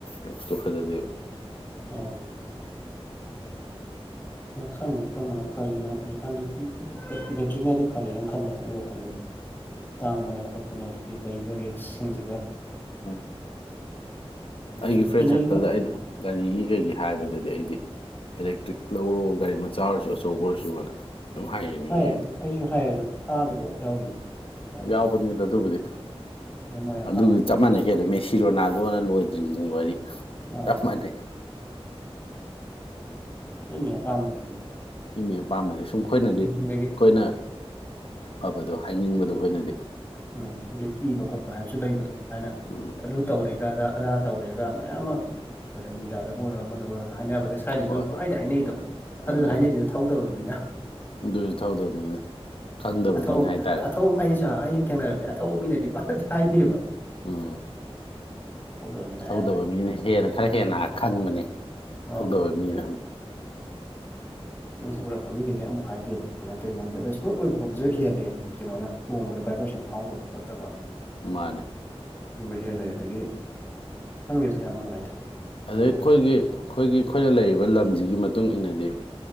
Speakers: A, on the left; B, on the left.
A: ꯂꯨꯛꯁꯇꯣ ꯐꯖꯗꯦꯕ
B: ꯎꯝ ꯈꯪꯗꯦ ꯀꯔꯝꯕꯅ ꯐꯔꯤꯅꯣ ꯍꯧꯖꯤꯛꯀꯥꯟꯗꯤ ꯕꯦꯇ꯭ꯔꯤꯅꯗꯤ ꯐꯔꯦꯅ ꯈꯜꯂꯦ ꯑꯩ ꯋꯥꯈꯜꯗꯗꯤ ꯇꯥꯡꯕꯅꯦ ꯈꯣꯠꯄꯅꯦ ꯑꯗꯒꯤ ꯂꯩꯕ ꯔꯤꯛꯁꯁꯤꯡꯁꯤꯒ
A: ꯎꯝ
B: ꯑꯗꯩ
A: ꯑꯩꯒꯤ
B: ꯁꯨꯝ
A: ꯐ꯭ꯔꯦꯟ
B: ꯀꯤꯅꯩꯕ
A: ꯁꯥꯔꯀꯜꯗ ꯑꯩꯅ ꯒꯥꯔꯤꯒꯤ ꯀꯩꯒꯤ ꯍꯥꯏꯕꯗꯗꯤ ꯑꯩꯗꯤ ꯑꯦꯂꯦꯛꯇ꯭ꯔꯤꯛ ꯂꯧꯔꯣ ꯒꯥꯔꯤ ꯃꯆꯥ ꯑꯣꯏꯔꯁꯨ ꯑꯆꯧꯕ ꯑꯣꯏꯔꯁꯨꯅ ꯑꯗꯨꯝ ꯍꯥꯏꯌꯦꯅꯤꯡꯉꯦ
B: ꯍꯥꯏ
A: ꯑꯩꯗꯤ
B: ꯑꯩꯁꯨ ꯍꯥꯏꯌꯦꯗꯣ ꯇꯥꯗꯕ ꯌꯥꯎꯔꯤ ꯌꯥꯝ
A: ꯌꯥꯎꯕꯅꯤꯗ ꯑꯗꯨꯕꯨꯗꯤ
B: ꯃꯣꯏ ꯑꯄꯥꯝꯕ
A: ꯑꯗꯨꯗꯤ
B: ꯑꯃ
A: ꯆꯞ
B: ꯊꯝꯖꯔꯦ
A: ꯃꯥꯟꯅꯩꯀꯦ ꯑꯗꯨꯗꯣ ꯃꯦꯁꯤ ꯔꯣꯅꯥꯜꯗꯣꯅ ꯂꯣꯏꯗ꯭ꯔꯤꯁꯤꯅꯤ ꯋꯥꯔꯤ
B: ꯑꯥ
A: <unintelligible>
B: <unintelligible>
A: ꯃꯤ ꯃꯤ ꯑꯄꯥꯝꯕꯅꯤ ꯁꯨꯝ ꯑꯩꯈꯣꯏꯅꯗꯤ ꯑꯩꯈꯣꯏꯅ
B: ꯑꯗꯒꯤ
A: ꯐꯕꯗꯣ ꯍꯥꯏꯅꯤꯡꯕꯗꯣ ꯑꯩꯈꯣꯏꯅꯗꯤ
B: ꯎꯝ ꯑꯗꯩ ꯀꯤꯕ ꯈꯣꯠꯄ ꯍꯥꯏꯕꯁꯨ ꯂꯩꯕꯗꯣ ꯍꯥꯏꯅ
A: ꯎꯝ
B: ꯑꯗꯨ ꯇꯧꯔꯦꯒ ꯑ ꯑꯗꯥꯥ ꯇꯧꯔꯦꯒ ꯃꯌꯥꯝ ꯑꯃ ꯃꯦꯗꯤꯌꯥꯗꯕꯨ ꯑꯣꯏꯔꯣ ꯑꯃꯗ ꯑꯣꯏꯔꯣ ꯍꯥꯏꯅꯕꯗ ꯁ꯭ꯋꯥꯏꯗꯁꯨ
A: ꯍꯣꯏ
B: ꯑꯗꯨ ꯄꯉꯥꯏꯗ
A: ꯍꯣꯏ
B: ꯍꯥꯏꯅꯩꯗꯣ
A: ꯍꯣꯏꯅꯦ
B: ꯑꯗꯨꯁꯨ ꯍꯥꯏꯅꯩꯁꯤꯗ ꯊꯧꯗꯕ ꯃꯤꯅ
A: ꯑꯗꯨꯁꯨ ꯊꯧꯗꯕ ꯃꯤꯅ ꯈꯪꯗꯕ
B: ꯑꯊꯧ
A: ꯃꯤꯅ ꯍꯥꯏꯇꯥꯔꯦ
B: ꯑꯊꯧ ꯑꯩꯅ ꯁꯨ ꯑ ꯑꯩꯁꯨꯝ ꯊꯦꯡꯅꯔꯛꯕꯗꯤ ꯑꯊꯧꯕ ꯃꯤꯅꯗꯤ ꯄꯥꯛꯇꯤ ꯍꯥꯏꯗꯦꯕ
A: ꯎꯝ
B: ꯇꯧꯗꯕ ꯃꯤꯅ
A: ꯊꯧꯗꯕ
B: ꯑꯌꯥꯝꯕ ꯍꯥꯏꯅꯩ
A: ꯃꯤꯅ ꯍꯦꯟꯅ ꯈꯔ ꯍꯦꯟꯅ ꯈꯪꯕꯅꯦ ꯊꯧꯗꯕ
B: ꯑꯥꯎ
A: ꯃꯤꯅ ꯑꯃꯨꯛ
B: ꯑꯩꯁꯤ ꯎꯔꯛꯄ ꯃꯤꯈꯩꯅꯦ ꯑꯃꯨꯛ ꯍꯥꯏꯗꯦ ꯀꯃꯥꯏ ꯇꯧꯔꯤꯅꯣ ꯈꯪꯗꯦ ꯑꯗꯣ ꯏꯁꯃꯨꯠ ꯑꯣꯏꯕ ꯈꯣꯠꯁꯨ ꯍꯦꯜꯂꯦ ꯀꯩꯅꯣꯅ ꯇꯣꯡꯕꯗ ꯚꯥꯏꯕ꯭ꯔꯦꯁꯟ ꯐꯥꯎꯗꯕ ꯈꯣꯠꯇꯕ
A: ꯃꯥꯅꯦ
B: ꯑꯗꯨꯝꯕ ꯍꯦꯜꯂꯦ ꯑꯗꯒꯤ ꯈꯪꯗꯦꯗ ꯌꯥꯝ ꯅꯨꯡꯉꯥꯏꯗ ꯇꯣꯡꯕꯗꯁꯨ
A: ꯑꯗꯩ ꯑꯩꯈꯣꯏꯒꯤ ꯑꯩꯈꯣꯏꯒꯤ ꯑꯩꯈꯣꯏꯅ ꯂꯩꯔꯤꯕ ꯂꯝꯁꯤꯒꯤ ꯃꯇꯨꯡ ꯏꯟꯅꯗꯤ